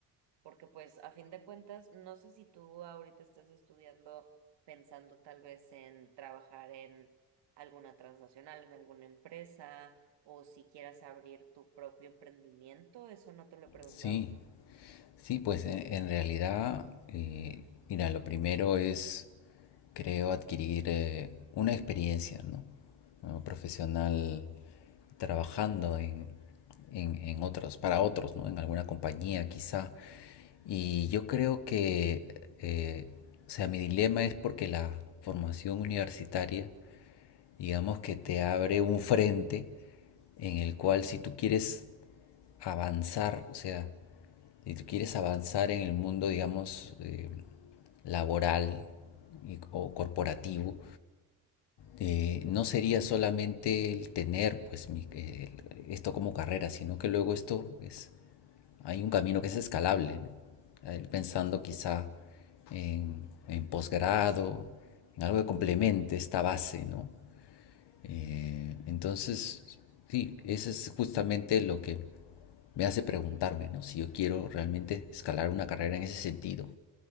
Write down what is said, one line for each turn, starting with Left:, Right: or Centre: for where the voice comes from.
Right: porque pues a fin de cuentas, no sé si tú ahorita estás estudiando pensando tal vez en trabajar en alguna transnacional, en alguna empresa, o si quieras abrir tu propio emprendimiento, eso no te lo he preguntado.
Left: Sí, Sí, pues en, en realidad, eh, mira, lo primero es, creo, adquirir eh, una experiencia, ¿no? Como profesional trabajando en, en, en otros, para otros, ¿no? En alguna compañía quizá. Y yo creo que, eh, o sea, mi dilema es porque la formación universitaria digamos que te abre un frente en el cual si tú quieres avanzar, o sea, si tú quieres avanzar en el mundo, digamos, eh, laboral y- o corporativo, eh, no sería solamente el tener pues mi- eh, esto como carrera, sino que luego esto es, hay un camino que es escalable, ¿no? ir Pensando quizá en, en posgrado, en algo que complemente esta base, ¿no? Eh, entonces, sí, eso es justamente lo que me hace preguntarme, ¿no? Si yo quiero realmente escalar una carrera en ese sentido